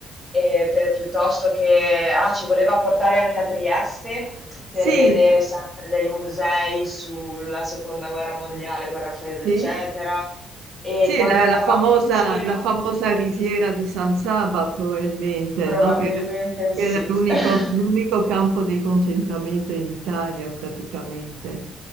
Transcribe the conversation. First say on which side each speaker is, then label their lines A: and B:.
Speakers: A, in the centre; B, on the right.
A: ehm, pe piuttosto che ah, ci voleva portare anche a Trieste per
B: sì,
A: vedere
B: sì,
A: sempre dei musei sulla seconda guerra mondiale, guerra fredda,
B: sì.
A: eccetera. E
B: Sì,
A: quando
B: la,
A: andavamo
B: la famosa,
A: in giro
B: la famosa risiera di San Saba, probabilmente,
A: probabilmente
B: no? Che, che
A: sì.
B: era l'unico
A: <laughs>
B: l'unico campo di concentramento in Italia, praticamente.